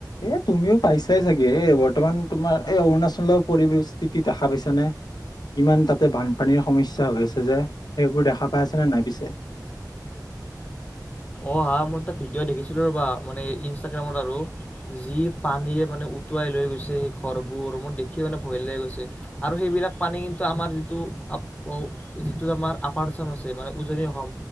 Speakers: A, on the left (about 70°); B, on the left (about 20°).
A: এ তুমিও পাইছাই চাগে। এ বৰ্তমান তোমাৰ এই অৰুণাচলৰ পৰিৱেশস্থিতি দেখা পাইছানে? কিমান তাতে বানপানীৰ সমস্যা হৈ আছে যে। সেইবোৰ দেখা পাই আছানে নাই পিছে? <inaudible>
B: অহা মোৰ তাত ভিডিঅ' দেখিছিলো ৰ'বা, মানে এই ইনষ্টাগ্ৰামত আৰু। যি পানীয়ে মানে উটুৱাই লৈ গৈছে সেই ঘৰবোৰ। মোৰ দেখি মানে ভয় লাগি গৈছে, আৰু সেইবিলাক পানী কিন্তু আমাৰ যিটো অ', যিটোত আমাৰ আপাৰ আচাম আছে মানে উজনি অসম